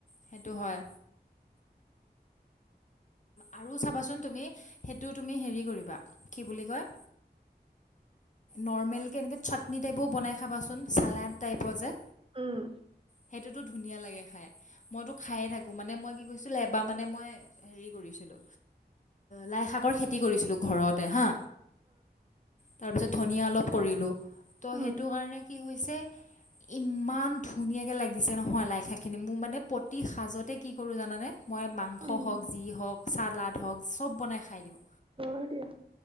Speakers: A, on the left; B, on the right.
A: সেইটো হয়। আৰু চাবাচোন তুমি সেইটো তুমি হেৰি কৰিবা কি বুলি কয় নৰমেল কে এনেকে চাটনি টাইপ বনাই খাবাচোন চালাট টাইপৰ যে
B: উম
A: সেইটোতো ধুনীয়া লাগে খাই মইতো খায়ে থাকো মানে মই কি কৈছিলো এবাৰ মানে মই হেৰি কৰিছিলো লাই শাকৰ খেতি কৰিছিলো ঘৰতে হা তাৰপিছত ধনিয়া অলপ কৰিলো ত'
B: উম
A: সেইটো কাৰণে কি হৈছে, ইমান ধুনীয়াকে লাগিছে নহয় লাইশাকখিনি। মোৰ মানে প্ৰতি সাজতে কি কৰোঁ জানানে? মই মাং- স
B: উম
A: হ'ক, যি হ'ক, চালাদ হ'ক, চব বনাই খাই দিওঁ।
B: হয় দিয়া